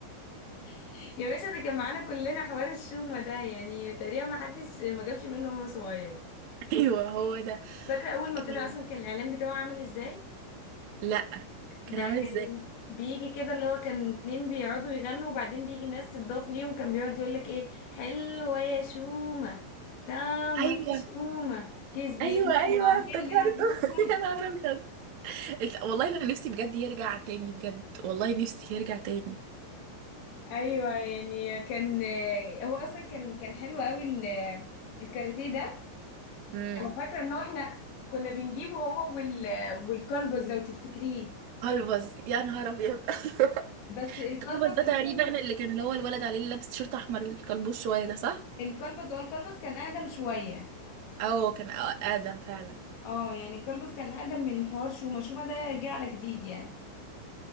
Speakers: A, on the left; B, on the right.
A: <laughs> يا باشا ده كان معانا كلنا حوار الشومة ده يعني تقريبا ما حدش ما جابش منه وهو صغير
B: ايوه هو ده
A: فاكرة أول ما طلع
B: إيه؟
A: أصلا كان الإعلان بتاعه عامل إزاي
B: لا كان
A: ده
B: عامل
A: كان
B: ازاي
A: بيجي كده اللي هو كان اتنين بيقعدوا يغنوا وبعدين بيجي ناس تضاف ليهم كان بيقعد يقولك ايه حلوة يا شومة تامة
B: ايوه
A: يا شومة كيس بيجي
B: ايوه ايوه
A: عامل
B: افتكرته
A: عزومة
B: <laughs> يا نهار ابيض إت- والله انا نفسي بجد يرجع تاني بجد والله نفسي يرجع تاني
A: ايوه يعني كان هو اصلا كان كان حلو قوي ال- الكاراتيه ده
B: امم
A: انا فاكره ان هو احنا كنا بنجيبه هو وال والكلبز لو تفتكريه
B: كلبز يا نهار ابيض <laughs> ايوه
A: بس الكلبز
B: الكلبز ده
A: عموما
B: تقريبا اللي كان اللي هو الولد عليه اللي لابس تيشيرت احمر الكلبوش شويه ده صح
A: الكلبز اه الكلبز كان اقدم شويه
B: اه كان آ- ادم فعلا
A: اه يعني كلبز كان اقدم من حوار شومة شومة ده جه على جديد يعني